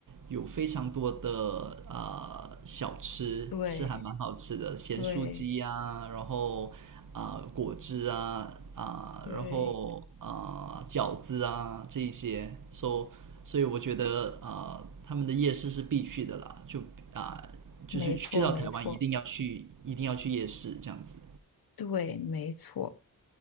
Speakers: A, on the right; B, on the left.
A: 有非常多的啊小吃是还蛮好吃的，
B: 对
A: 咸酥鸡啊，
B: 对
A: 然后啊、呃果汁啊啊、
B: 对，
A: 然后啊、呃饺子啊这一些，所、so, 所以我觉得啊、呃他们的夜市是必去的啦，就啊、就是去到台湾一定要去，
B: 没错没错，
A: 一定要去夜市这样子。
B: 对没错，